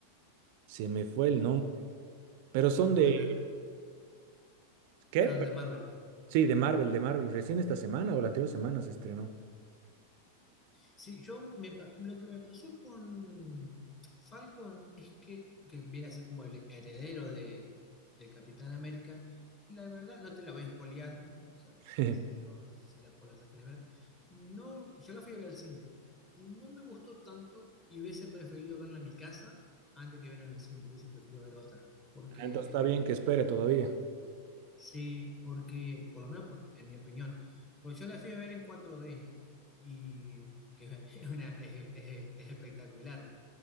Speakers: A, on the right (about 55°); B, on the left (about 25°).
A: se me fue el nombre. Pero son
B: bueno.
A: de, ¿qué?
B: Son de Marvel.
A: Sí, de Marvel, de Marvel. Recién esta semana o la anterior semana se estrenó.
B: Sí, yo me, pa- lo que me pasó con Falcon es que, que viene a ser como el heredero de, del Capitán América. La verdad, no te la voy a spoilear, o sea,
A: <laughs>
B: así que no, si la, por la querés ver. No, yo la fui a ver al cine. No me gustó tanto y hubiese preferido verla en mi casa antes que verla en el cine. Hubiese preferido ver otra. Porque
A: Ah, Entonces está bien que espere todavía.
B: Sí, porque, por lo menos por- en mi opinión, pues yo la fui a ver en 4D y que <laughs> es una, es, es- es espectacular